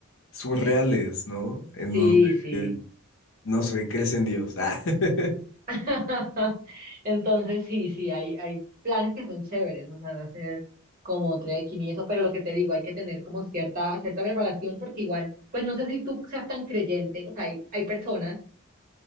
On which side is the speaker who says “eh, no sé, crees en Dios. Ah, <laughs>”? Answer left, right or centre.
Left